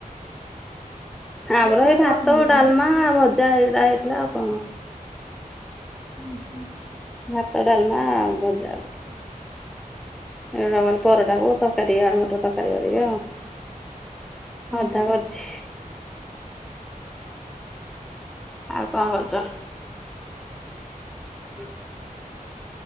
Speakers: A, in the centre; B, on the right.
A: ଆମର
B: ଯେ ପୁରା
A: ହେଇ ଭାତ
B: କମ ହେଇଛି
A: ଡାଲମା ଭଜା ଏଇଗୁରା ହେଇଥିଲା ଆଉ କଣ।
B: ହୁଁ ହୁଁ।
A: ଭାତ ଡାଲମା ଭଜା। ଏଇଟା ମାନେ ପରଟା କ ତରକାରୀ ଆଳୁ ମଟର ତରକାରୀ କରିବି ଆଉ।
B: ହଁ।
A: ଅଧା କରିଛି ଆଉକଁ କରୁଚ? <inaudible>